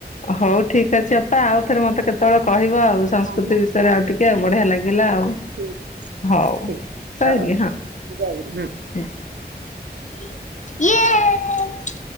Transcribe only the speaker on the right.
ହଁ
ହଁ
ଠିକ ଠିକ
ହଉ ହଉ ଜୟ ଗୁରୁ ହୁଁ।